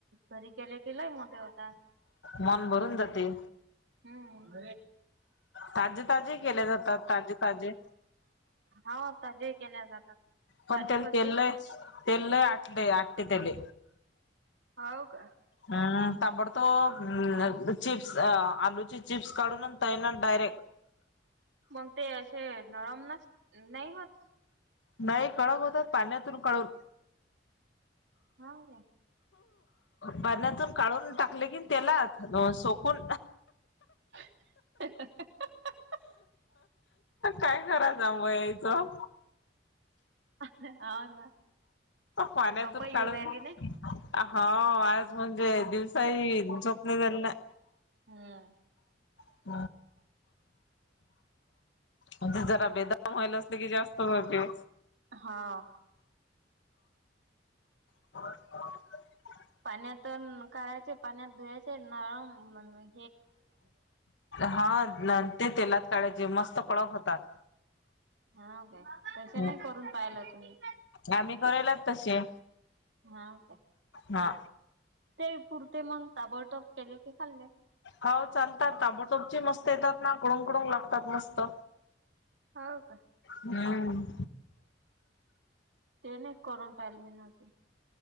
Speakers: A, on the right; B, on the left.
A: घरी केले की लय मोठे होतात.
B: मन भरून जाते.
A: हम्म.
B: ताजे ताजे केले जातात ताजे ताजे
A: हाव आता जे केल्या जातात.
B: पण
A: काजू
B: त्याला
A: कशी
B: तेल
A: आहे?
B: लय तेल लय आटले आटते त्याले
A: हाव का.
B: हां ताबोडतोब अ चिप्स अ आलूची चिप्स काढून तैनान डयरेक्ट.
A: मग ते अशे नरम नस नाही होत?
B: नाही कडक होतात पाण्यातून कडक
A: हाव क्या
B: पाण्यातून काढून टाकले की तेलात न सोकून
A: <unintelligible>
B: काय कराचां म यायचं?
A: हा ना
B: पाण्यातून
A: झोपाय
B: काढून
A: येऊ राहिली नाही.
B: हो आज म्हणजे दिवसाही झोपले झालं ना.
A: हम्म.
B: <unintelligible> म्हणजे जरा बेदाम व्हायल असलं कि जास्त होते.
A: हां.
B: <unintelligible>
A: पाण्यातून काढायचे पाण्यात धुवायचे नळम म्हणे.
B: हा न ते तेलात काढायचे मस्त कडक होतात.
A: हाव काय तसं
B: हम्म
A: नाही करून पाहिलं तुम्ही?
B: आम्ही कळलेत तशे.
A: हाव काय.
B: हा.
A: ते पुरते मंग ताबडतोप केले की खाल्ले.
B: हो चालतात ताबडतोपचे मस्त येतात ना कुडूमकुडूम लागतात मस्त.
A: हाव काय.
B: हम्म.
A: ते नाहीत करून पाहिलं मीने अजून.